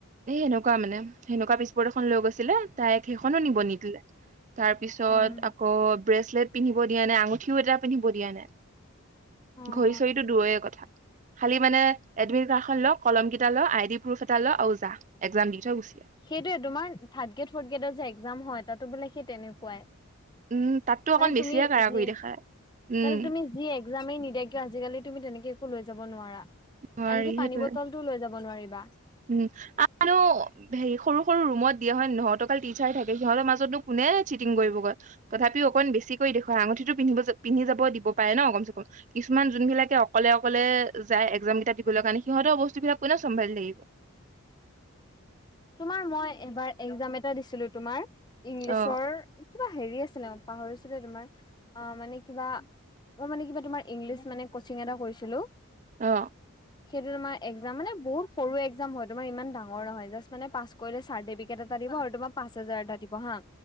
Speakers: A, on the right; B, on the left.
A: এ সেনেকুৱা মানে, সেনেকুৱা পিছবৰ্ড এখন লৈ গৈছিলে। তাইক সেইখনো, নিব নিদিলে। তাৰ পিছত
B: উম,
A: আকৌ, ব্ৰেচলেট পিন্ধিব দিয়া নাই, আঙ পিন্ধিব দিয়া নাই।
B: অ'।
A: ঘড়ী চৰিটো দূৰৰে কথা। খালি মানে, এডমিট কাৰখ' লক, কলম কিটা ল', আইডি প্ৰুফ এটা ল', আৰু যা, একযাম দি থই গো
B: সেইটোৱে তোমাৰ, থাৰ্ড গ্ৰেড, ফৰ্থ গ্ৰেডৰ যে একজাম হয়, তাতো বোলে সেই তেনেকুৱাই।
A: উম তাততো অকণ
B: মানে
A: বেছিয়ে
B: তুমি,
A: কাৰা
B: যি,
A: কৰি দেখায় উম
B: মানে তুমি যি একজামে নি দে কিয়, আজিকালি তুমি তেনেকে একো লৈ যাব নোৱাৰা।
A: নোৱাৰি
B: আনকি,
A: সেইটোৱে
B: পানী বটল টোও লৈ যাব নোৱাৰিবা।
A: উম মানো হেৰি সৰু সৰু ৰুমত দিয়ে হয় নহয়, ত অকল টিচাৰ থাকে। সিহঁতৰ মাজতনো কোনে, চিটিং কৰিব গৈ তথাপিও অকন বেছিকৈ কৰি দেখোৱাই, আঙঠিটো পিন্ধিব য পিন্ধি যাব পাৰে ন' কমচে কম। কিছুমান যোনবিলাকে অকলে অকলে, যায় একজাম কেইটা দিবলৈ কাৰণে, সিহঁতৰ বস্তু বিলাক কোনে চম্ভালি থাকিব।
B: তোমাৰ মই, এবাৰ একজাম এটা দিছিলো তোমাৰ, ইংলিছৰ
A: অ
B: কিবা হেৰি আছ ছিলে, পাহৰিছোঁ দে তোমাৰ, আ', মানে কিবা মই মানে কিবা তোমাৰ, ইংলিছ মানে কচিং এটা কৰিছিলো।
A: অ।
B: সেইটো তোমাৰ একজাম মানে বহুত সৰু একজাম হয়, তোমাৰ ইমান ডাঙৰ নহয় জাষ্ মানে পাছ কৰিলে, চাৰ্টিফিকেট এটা দিব। আৰু তোমাৰ পাঁচ হাজাৰ এটা দিব হা।